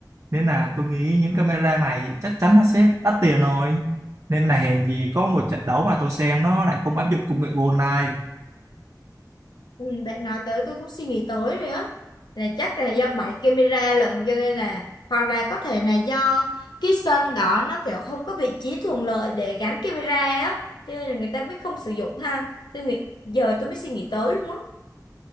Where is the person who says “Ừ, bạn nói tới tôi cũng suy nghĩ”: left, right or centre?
Left